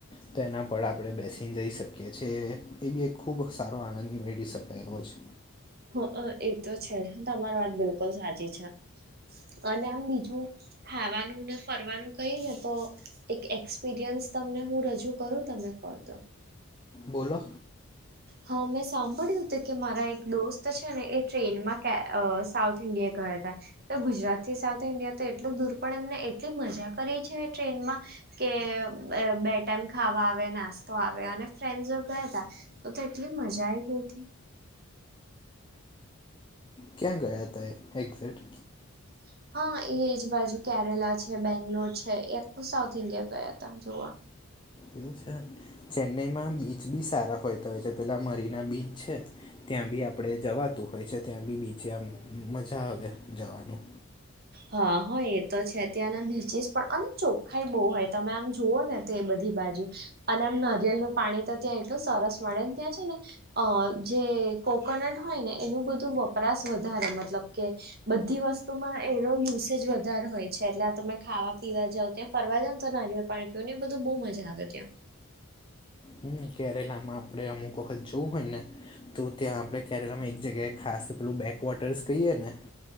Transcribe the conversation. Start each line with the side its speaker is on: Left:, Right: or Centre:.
Left: તો એના પર આપણે બેસીને જઈ શકીએ છીએ એ બી એક ખૂબ સારો આનંદ મેળ શકાય એવો છે.
Right: હ અ એ તો છે જ તમારી વાત બિલકુલ સાચી છે અને આમ બીજું ખાવાનું ને ફરવાનું કઈ ને તો એક એક્સપિરિયન્સ તમને હું રજૂ કરું તમે કો તો
Left: બોલો
Right: હા મેં સાંભળ્યું તું કે મારા એક દોસ્ત તો છે ને એ ટ્રેનમાં કે અહ સાઉથ ઇન્ડિયા ગયા તા તો ગુજરાત થી સાઉથ ઇન્ડિયા તો એટલું દૂર પણ એમને એટલી મજા કરી છે એ ટ્રેનમાં. કે બે ટાઈમ ખાવા આવે, નાસ્તો આવે, અને ફ્રેન્ડસ <unintelligible> ગયા તા તો-તો એટલી મજા આઈ ગઈ તી.
Left: ક્યાં ગયા તા એ એક્ઝેક્ટ?
Right: <inaudible> હા એ જ બાજુ કેરેલા છે, બેંગ્લોર છે, એ આખું સાઉથ ઇન્ડિયા ગયા હતા આમ જોવા.
Left: એવું છે. ચેન્નાઈમાં બીચ બી સારા હોય તો, જે પેલા મરીના બીચ છે ત્યાં બી આપણેે જવાતું હોય છે. ત્યાં બી બીચે આમ મજા આવે જવાનું.
Right: હા હો એ તો છે. ત્યાંના બીચિસ પણ અને ચોખ્ખાાઈ બહુ હોય. તમે આમ જુઓ ને તે બધી બાજુ. અને આમ નરિયેલ નું પાણી તો ત્યાં એટલું સરસ મળેન. ત્યાં છે ને અહ જે કોકોનટ હોય ને એનું બધું વપરાશ વધારે મતલબ કે બધી વસ્તુ માં એનો યુસેજ વધારે હોય છે. એટલે આ તમે ખાવા પીવા જાવો ત્યાં ફરવા જાવ તો નારીયેલ પાણી પીયું ને એ બધું બહુ મજા આવે ત્યાં.
Left: હમ્મ. કેરેલામાં આપડે અમુક વખત જવું હોય ને તો ત્યાં આપણે કેરેલામાં એક જગ્યાએ ખાસ પેલું બેકવોટર્સ કહીએ ને